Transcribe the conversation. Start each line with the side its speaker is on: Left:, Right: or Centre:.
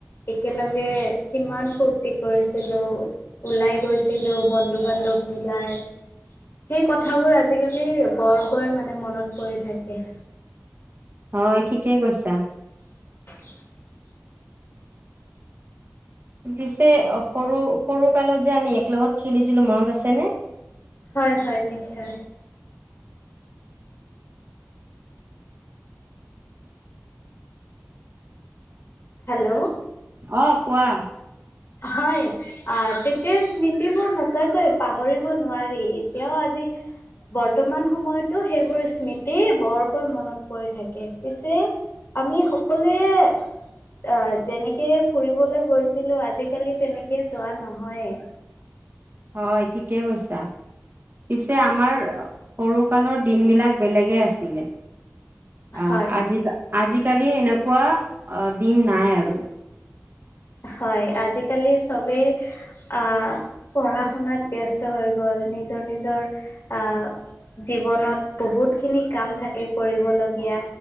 Left: একেলগে কিমান ফূৰ্তি কৰিছিলোঁ ওলাই গৈছিলো বন্ধু বান্ধৱ মিলাই সেই কথাবোৰ আজিকালি বৰকৈ মানে মনত পৰি থাকে।
Right: হয় ঠিকেই কৈছা।
Left: <unintelligible>
Right: পিছে সৰু সৰু, কালত যে আমি এক লগত খেলিছিলো মনত আছেনে?
Left: হয় হয় নিশ্চয়। হেল্ল'।
Right: অ কোৱা।
Left: হয়, আহ তেতিয়া স্মৃতিবোৰ সঁচাকৈ পাহৰিব নোৱাৰি এতিয়াও আজি বৰ্তমান সময়তো সেইবোৰ স্মৃতি বৰকৈ মনত পৰি থাকে পিছে আমি সকলোৱে, আহ যেনেকে ফুৰিবলৈ গৈছিলো আজি আজিকালি তেনেকৈ যোৱা নহয়েই।
Right: হয় ঠিকেই কৈছা, পিছে আমাৰ সৰুকালৰ দিনবিলাক বেলেগে আছিলে। অ
Left: হয়
Right: আজি আজি। আজিকালি এনেকুৱা দিন নাই আৰু।।
Left: হয়, আজিকালি চবেই আহ পঢ়া শুনাত ব্যস্ত হৈ গ'ল, নিজৰ নিজৰ আহ জীৱনত বহুতখিনি কাম থাকে কৰিবলগীয়া